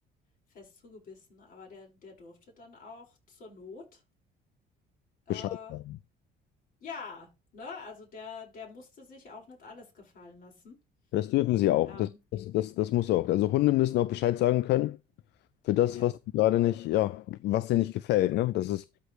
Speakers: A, on the left; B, on the left.
A: fest zugebissen, aber der der durfte dann auch zur Not äh,
B: Bescheid sagen.
A: ja, ne? Also, der der musste sich auch nicht alles gefallen lassen.
B: Das dürfen sie auch.
A: Ähm,
B: Das, das, das, das muss auch. Also Hunde müssen auch Bescheid sagen können für das,
A: ja,
B: was sie gerade nicht, ja, was dir nicht gefällt, ne? Das ist,